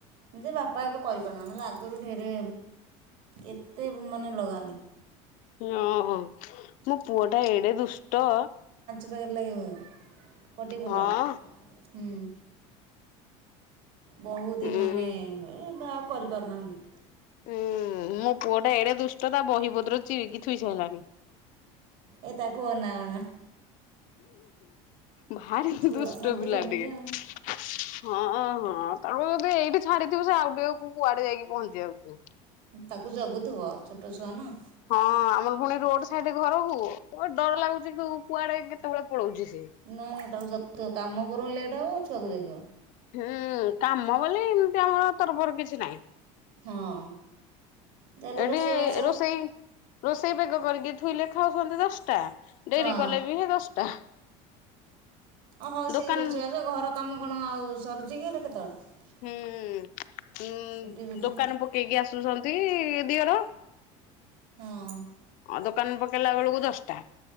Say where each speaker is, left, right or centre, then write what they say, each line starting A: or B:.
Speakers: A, on the right; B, on the left.
A: ଯେ ବାପା ଏବେ କରିପାରୁନାହାନ୍ତି ନହେଲେ ଆଗରୁ ଢେରେ କେତେ ମାନେ ଲଗାନ୍ତି।
B: ଓହୋ ମୋ ପୁଅ ଟା ଏଡେ ଦୁଷ୍ଟ।
A: ଲାଗି ହୁଏ, ଫଟି ପୋଟଳ
B: ହଁ
A: ହୁଁ। ବହୁତ
B: ଉଁ।
A: ହି ମାନେ ବା କରିପାରୁନାହାନ୍ତି।
B: ଉଁ ମୋ ପୁଅ ଟା ଏଡେ ଦୁଷ୍ଟ ତା ବହି ପତ୍ର ଚିରିକି ଥୋଇ ସାରିଲାଣି।
A: ଏଇ ତାକୁ ଅନା ଅନା।
B: ଭାରି
A: ଛୁଆମାନେ
B: ଦୁଷ୍ଟ
A: ତ
B: ପିଲା
A: ସେମିତି
B: ଟିକେ।
A: ଆଉ
B: ହଁଁ ହଁ ତାଙ୍କୁ ଯଦି ଏଇଠି ଛାଡିଥିବୁ ସେ ଆଉ ଟିକକୁ କୁଆଡେ ଯାଇକି ପହଞ୍ଚି ଯାଉଥିବ।
A: ତାକୁ ଜଗୁଥିବ ଛୋଟ ଛୁଆ ନା।
B: ହଁ ଆମର ପୁଣି ରୋଡ ସାଇଡ ଘରକୁ, ଡର ଲାଗୁଛି କୁଆଡେ କେତେବେଳେ ପଳଉଛି ସେ।
A: ନାଇଁ ନାଇଁ ତାକୁ ଜଗୁଥିବ କାମ ବରଂ ଲେଟ୍ ହବ ଛୁଆକୁ ଜାଗିବ।
B: ହୁଁ କାମ ବୋଲି ଏମିତି ଆମର ତରବର୍ କିଛି ନା।
A: ହଁ ତାହେଲେ
B: ଏଠି
A: ରୋଷେଇବାସ
B: ରୋଷେଇ ରୋଷେଇ ବେଗ କରିକି ଥୋଇଲେ ଖାଉଛନ୍ତି ଦଶଟା। ଡେରି
A: ହଁ
B: କଲେ ବି ହେ ଦଶଟା।
A: ଓ ହଉ ସେଇ
B: ଦୋକାନ
A: ରୋଷେଇବାସ ଘର କାମ କଣ ଆଉ ସରୁଛି କି ହେଲେ କେତେବେଳେ।
B: ହୁଁ ହୁଁ ଉଁ
A: ପିଟି ପିଟି
B: ଦୋକାନ ପକେଇକି ଆସୁଛନ୍ତି ଦିଅର।
A: ହଁ।
B: ଦୋକାନ ପକେଇଲା ବେଳକୁ ଦଶଟା